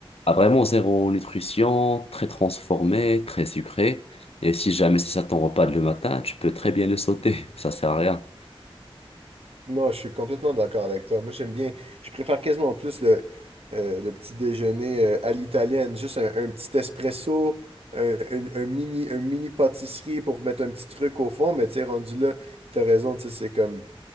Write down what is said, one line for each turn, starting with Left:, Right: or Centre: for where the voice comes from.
Left: à vraiment zéro nutrition, très transformé, très sucré. Et si jamais c'est ça ton repas de le matin, tu peux très bien le sauter. <laughs> Ça sert à rien.
Right: Non, je suis complètement d'accord avec toi. Moi, j'aime bien, je préfère quasiment plus le, euh, le petit déjeuner euh, à l'italienne. Juste un, un petit espresso, euh, une- un, mini, un mini pâtisserie pour mettre un petit truc au fond. Mais tu sais, rendu là, t'as raison, tu sais, c'est comme...